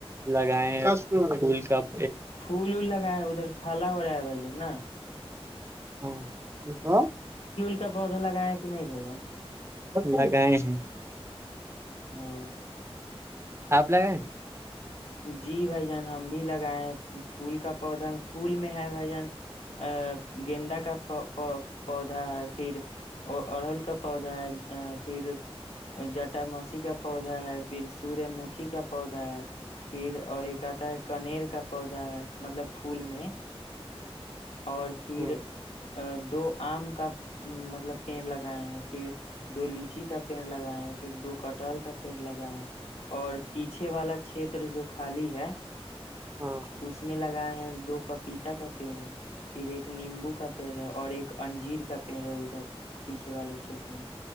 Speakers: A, on the right; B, on the left.
A: لگائے ہیں گول کپ
B: پھول وول لگائے ادھر کھالا ہو رہا ہے بھائی جان نا
A: ہاں ج کو
B: اس کا پودا لگایا کہ نہیں بھ
A: لگائے ہیں
B: ہ <unintelligible> <inaudible>
A: آپ لگائیں
B: جی بھائی جان ہم بھی لگائے ہیں پھول کا پودا پھول میں ہے بھائی جان ا گیندا کا پودا ہے پھر اڑل کا پودا ہے پھر جٹ مسی کا پودا ہے پھر سور مکھی کا پودا ہے پھر اور ایک آتا ہے کنیر کا پودا ہے مطلب پھول میں اور پھر
A: ہاں
B: دو آم کا مطلب پیڑ لگائے ہیں پھر دو لیچی کا پیڑ لگائے ہیں پھر دو کٹہل کا پیڑ لگائے ہیں اور پیچھے والا چھیتر جو خالی ہے
A: ہاں
B: اس میں لگا دو پپیتا کا پڑ ہے پھر ایک نیمبو کا پیڑ ہے اور ایک انجیر کا پیڑ ہے ادھر پیچھے والے چھیت میں